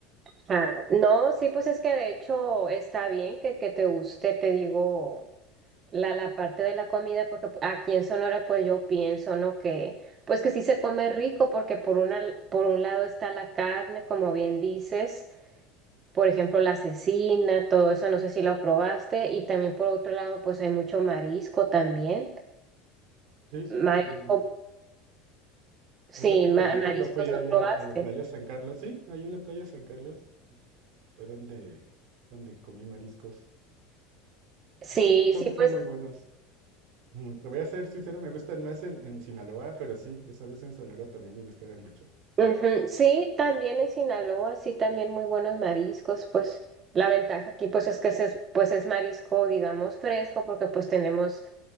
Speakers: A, on the right (about 25°); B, on the right (about 55°).
A: Ah, no, sí, pues es que de hecho está bien que, que te guste, te digo, la, la parte de la comida, porque aquí en Sonora pues yo pienso, ¿no? Que pues que sí se come rico, porque por una, por un lado está la carne, como bien dices, por ejemplo, la cecina, todo eso, no sé si lo probaste, y también por otro lado pues hay mucho marisco también.
B: Sí, sí,
A: Marisco,
B: pues, em,
A: sí,
B: es lo que
A: ma-
B: comí
A: mariscos
B: cuando fui allá
A: no probaste.
B: a la playa San Carlos. Sí, ahí en la playa San Carlos fue donde, donde comí mariscos.
A: Sí,
B: Y sí, sí, son,
A: sí,
B: son
A: pues
B: muy buenos. Mm, Te voy a ser sincero, me gustan más en, en Sinaloa, pero sí, esa vez en Sonora también me gustaron mucho.
A: Ujú, Sí, también en Sinaloa, sí, también muy buenos mariscos, pues la ventaja aquí pues es que es, pues es marisco, digamos, fresco, porque pues tenemos